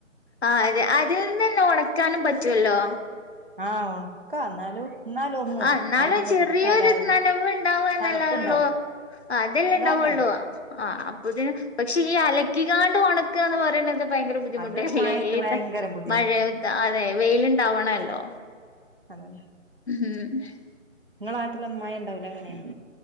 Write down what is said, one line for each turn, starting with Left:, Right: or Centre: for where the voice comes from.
Left: ആഹ് അതെ അതിൽ നിന്ന് തന്നെ ഉണക്കാനും പറ്റുവെല്ലോ.
Right: ആഹ് ഒണക്കാ എന്നാലും. എന്നാലും ഒന്ന്
Left: ആഹ് എന്നാലും
Right: അയില് മെലിട്ടാലാ
Left: ചെറിയൊരു
Right: ഒരു
Left: നനവ് ഉണ്ടാകുവെന്നല്ലേയൊള്ളൂ
Right: തണുപ്പുണ്ടാവും
Left: അതെല്ലെയൊണ്ടാവൊള്ളൂ
Right: അതാണ്ടാവും
Left: ആഹ് അപ്പൊത്തിന് പക്ഷെ ഈ അലക്കികാണ്ട് ഉണക്കാന്ന് പറയുന്നത്. ഭയങ്കര ബുദ്ധിമുട്ടല്ലേ.
Right: അത് മഴയത്ത്
Left: ഈ
Right: ഭയങ്കര ബുദ്ധിമുട്ട്
Left: മഴ അതെ വെയിലുണ്ടാവണല്ലോ.
Right: അതന്നെ
Left: ഉം.
Right: നിങ്ങളെ നാട്ടിലൊന്നും മയ ഒണ്ടാവില്ല അങ്ങനെ